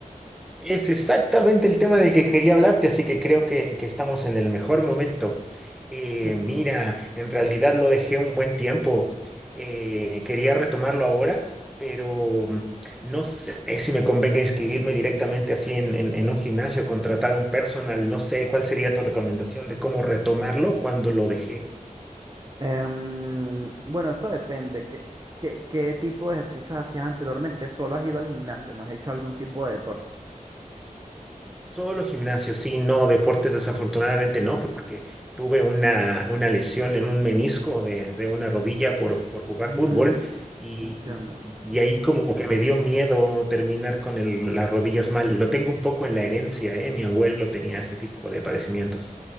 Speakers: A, in the centre; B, on the right (about 30°).
A: Es exactamente el tema del que quería hablarte, así que creo que, que estamos en el mejor momento. Eh,
B: <laughs>
A: mira, en realidad lo dejé un buen tiempo. Eh, quería retomarlo ahora, pero mm, no sé si me convenga inscribirme directamente así en, en, en un gimnasio, contratar un personal. No sé cuál sería tu recomendación de cómo retomarlo cuando lo dejé.
B: Em, bueno, eso depende. ¿Qué, qué, qué tipo de ejercicios hacías anteriormente? Solo has ido al gimnasio, no has hecho algún tipo de deporte.
A: Solo gimnasio, sí, no, deportes desafortunadamente no, porque tuve una, una lesión en un menisco de, de una rodilla por, por jugar
B: Mm,
A: fútbol y,
B: entiendo.
A: y- y ahí como que me dio miedo terminar con el- las rodillas mal. Lo tengo un poco en la herencia, ¿eh? Mi abuelo tenía este tipo de padecimientos.